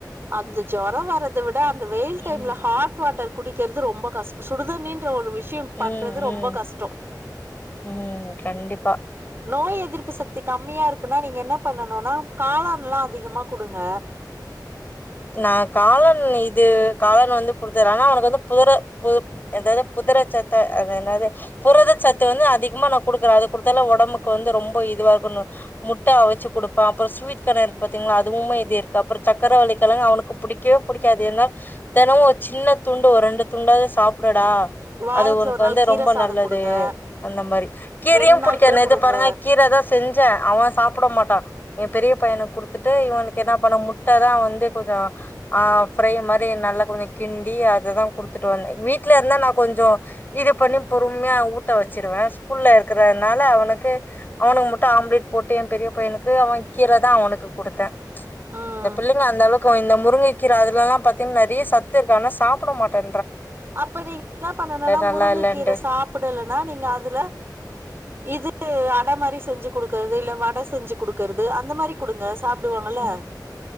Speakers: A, on the right (about 35°); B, on the left (about 25°).
A: அந்த ஜுரம் வறத விட அந்த வெயில் டைம்ல
B: ம்
A: ஹாட் வாட்டர் குடிக்கிறது ரொம்ப கஷ் சுடு தண்ணின்ற ஒரு விஷ ச்சின்
B: ம்
A: பண்றது
B: ம்
A: ரொம்ப கஷ்டோ
B: ம் கண்டிப்பா
A: நோய் எதிர்ப் திர்ப்பு சக்தி கம்மியா இருக்குன்னா நீங்க என்ன பண்ணனுன்னா காளான்ல்லா அதிகமா குடுங்க
B: நா காளன் இது காளன் வந்து குடுத்த ஆனா அவனுக்கு வந்து புதிர பு எதாவது புதிரை சத்த அ என்னது புரத சத்து வந்து அதிகமா நா குடுக்குறே அது குடுத்தால உடம்புக்கு வந்து ரொம்ப இதுவா இருக்கு. முட்ட அவச்சு குடுப்பே அப்புற ஸ்வீட் கான் பாத்தீங்களா அதுவுமே இது இருக்கு அப்புறம் சக்கரவலி கிழங்கு அவனுக்கு புடிக்கவே புடிக்காது ஏனா தினமு ஒரு சின்ன துண்டு ஒரு ரெண்டு துண்டாவ சாப்டு டா
A: வாரத்துல
B: அது உனக்கு
A: ஒரு நாள்
B: வந்து
A: கீர
B: ரொம்ப
A: சாதோ
B: நல்லது
A: குடுங்க
B: அந்த மாரி கீரையு
A: ரெண்டு நாள்
B: புடிக்கது
A: கூட
B: நேத்து
A: குடுங்க
B: பாருங்க கீர தா செஞ்சே அவ சாப்ட மாட்டா எ பெரிய பையனுக்கு குடுத்துட்டு இவனுக்கு என்ன பண்ண முட்ட தா வந்து கொஞ்ச ஆ ஃப்ரை மாரி நல்லா கொஞ்ச கிண்டி அததா கொடுத்துட்டு வந்தே வீட்ல இருந்தா நா கொஞ்ச இது பண்ணி பொறுமையா ஊட்ட வச்சிருவே ஸ்கூல்ல இருக்கறதனால அவனுக்கு அவனுக்கு மட்டு ஆம்லேட் போட்டு எ பெரிய பையனுக்கு அவன் கீர தா அவனுக்கு கொடுத்தே
A: ம்
B: இந்த பிள்ளைங்க அந்த அளவுக் இந்த முருங்கைக்கீர அதெல்லா பாத்த நறைய சத்து இருக்கு ஆன சாப்ட மாட்டே
A: அப்ப நீங்க என்ன பண்ணனுன்னா
B: நல்லா
A: முருங்க
B: இல்லன்ட்டு
A: கீர சாப்டலனா நீங்க அதுல இது அடை மாரி செஞ்சு குடுக்கறது இல்ல வடை செஞ்சு குடுக்குறது அந்த மாறி குடுங்க சாப்டுவாங்கல்ல
B: ம்